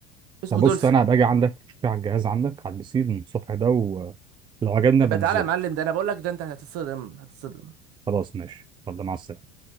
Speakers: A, on the right (about 45°); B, on the right (about 15°).
A: اسمه
B: طب بص
A: دولفين
B: انا باجي عندك في على الجهاز عندك على البي سي من الصبح ده ولو عجبنا
A: ابقى
B: بنزله
A: تعالى يا معلم ده انا بقول لك ده انت هتتصدم هتتصدم
B: خلاص ماشي يلا مع السلامه